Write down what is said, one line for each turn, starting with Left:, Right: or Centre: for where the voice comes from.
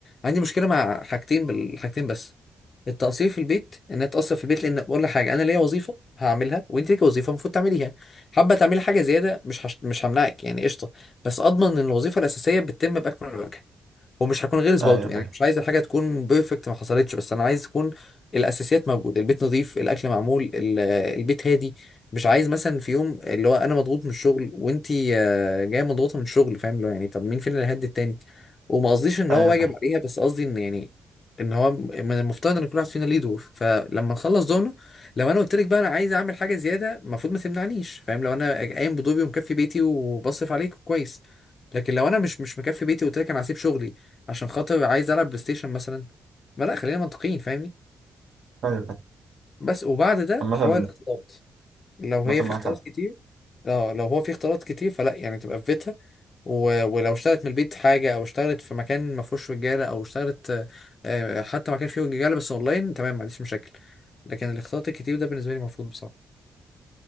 Left: عندي مشكلة مع حاجتين بالحاجتين بس التقصير في البيت ان اتقصر في البيت لان بقول لك حاجه انا ليا وظيفه هعملها وانت ليكي وظيفه المفروض تعمليها حابه تعملي حاجه زياده مش هش... مش همنعك يعني قشطه بس اضمن ان الوظيفه الاساسيه بتتم باكمل وجه ومش هكون غلس برضه
Right: ايوه
Left: يعني
Right: فاهم
Left: مش عايز الحاجه تكون بيرفكت ما حصلتش بس انا عايز تكون الاساسيات موجوده البيت نظيف الاكل معمول ال- البيت هادي مش عايز مثلا في يوم اللي هو انا مضغوط من الشغل وانتي آه، جايه مضغوطه من الشغل فاهم اللي هو يعني طب مين فينا اللي هيهدي التاني وما قصديش ان
Right: ايوه
Left: هو واجب
Right: فاهم
Left: عليها بس قصدي ان يعني ان هو من المفترض ان كل واحد فينا ليه دور فلما نخلص دورنا لو انا قلت لك بقى انا عايز اعمل حاجه زياده المفروض ما تمنعنيش فاهم لو انا قايم بدوري ومكفي بيتي وبصرف عليك كويس لكن لو انا مش مش مكفي بيتي وقلت لك انا هسيب شغلي عشان خاطر عايز العب بلاي ستيشن مثلا ما لا خلينا منطقيين فاهمني
Right: ايوه فاهم
Left: بس وبعد ده
Right: عامة
Left: حوار الاختلاط لو
Right: عامة
Left: هي
Right: معاك
Left: في اختلاط
Right: حق
Left: كتير اه لو هو في اختلاط كتير فلا يعني تبقى في بيتها و... ولو اشتغلت من البيت حاجة أو اشتغلت في مكان ما فيهوش رجالة أو اشتغلت آه، آه، حتى مكان فيه رجالة بس أونلاين تمام ما عنديش مشاكل لكن الاختلاط الكتير ده بالنسبة لي مرفوض بصراحة